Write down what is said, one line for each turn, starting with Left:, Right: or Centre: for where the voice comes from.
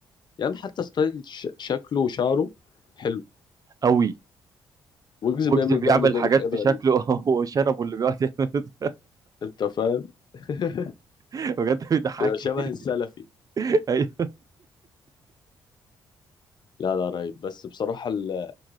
Left: يعني حتى ستايل ش- شكله وشعره حلو
Right: قوي
Left: ويجز
Right: ويجز
Left: بيعمل
Right: بيعمل
Left: ده انه بيعمل
Right: حاجات
Left: حاجات
Right: في
Left: غريبة
Right: شكله <laughs> هو شنبه اللي بيقعد يعمل ده.
Left: انت فاهم <laughs>
Right: <laughs> بجد بيضحكني
Left: بيبقى شبه السلفي
Right: <laughs> ايوه
Left: لا لا رهيب بس بصراحة ال-